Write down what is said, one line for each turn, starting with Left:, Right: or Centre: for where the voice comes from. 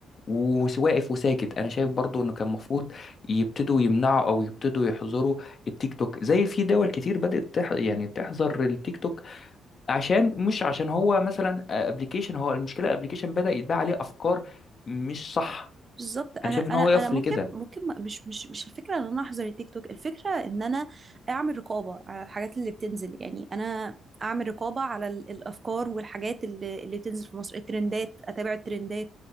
Left: وواقف وساكت انا شايف برضو انه كان المفروض يبتدوا يمنعوا او يبتدوا يحظروا التيك توك زي في دول كتير بدات تح... يعني تحظر التيك توك عشان مش عشان هو مثلا ابلكيشن هو المشكله ابلكيشن بدأ يتباع عليه افكار مش صح
Right: بالظبط
Left: انا
Right: انا
Left: شايف
Right: انا
Left: ان هو
Right: انا
Left: يقف
Right: ممكن
Left: لكده
Right: ممكن ما- مش مش مش الفكره ان انا احظر التيك توك الفكره ان انا اعمل رقابه على الحاجات اللي بتنزل يعني انا اعمل رقابه على ال- الافكار والحاجات اللي اللي بتنزل في مصر الترندات اتابع الترندات